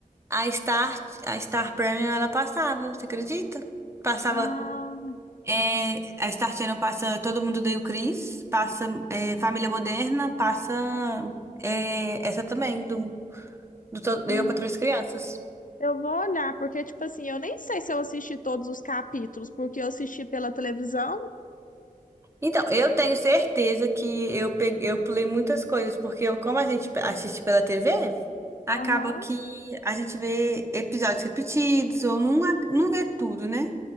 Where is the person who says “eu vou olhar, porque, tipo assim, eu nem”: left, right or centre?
Left